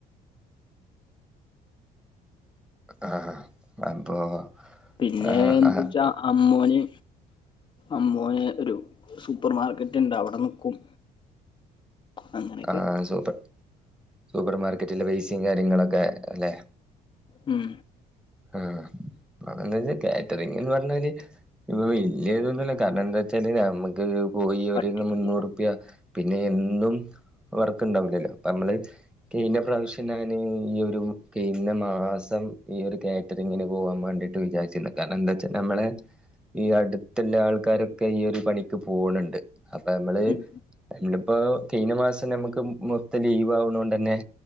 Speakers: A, in the centre; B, on the left.
A: ആഹ് അപ്പൊ
B: പിന്നെ
A: ആ
B: എന്ത്ച്ച
A: ആ
B: അമ്മോന് അമ്മോന് ഒരു സൂപ്പർമാർക്കറ്റ് ഉണ്ട് അവിടെ നിക്കും അങ്ങനെയൊക്കെ
A: ആഹ് സൂപ്പർ സൂപ്പർ മാർക്കറ്റിലെ വൈസിയും കാര്യങ്ങളൊക്കെ അല്ലെ
B: ഉം
A: ആഹ് അതന്താ വച്ചാ കാറ്ററിങ്ന്ന് പറഞ്ഞാല് ഇപ്പം വലയതൊന്നല്ല കാരണം എന്താ വെച്ചാല് നമുക്ക് പോയി അവരി
B: പട്ടിപ്പണിയാണ്
A: മുന്നൂറുപ്യ പിന്നെ എന്നും വർക്ക് ഇണ്ടാവില്ലല്ലോ അപ്പം നമ്മള് കയിഞ്ഞ പ്രാവശ്യം ഞാന് ഈ ഒരു കഴുന്ന മാസം ഈ ഒരു കാ <unintelligible> ഇങ്ങന പോവാൻ വേണ്ടിട്ട് വിചാരിച്ചിക്ക്ണ് കാരണം എന്താച്ചാ നമ്മളെ ഈ അടുത്തുള്ള ആൾക്കാരൊക്കെ ഈ ഒരു പണിക്ക് പോണ്‌ണ്ട് അപ്പൊ മ്മള്
B: ഉം
A: ഇന്നിപ്പോ കഴിഞ്ഞ മാസം നമ്മുക്ക് മൊത്തം ലീവാവ്ണൊണ്ടന്നെ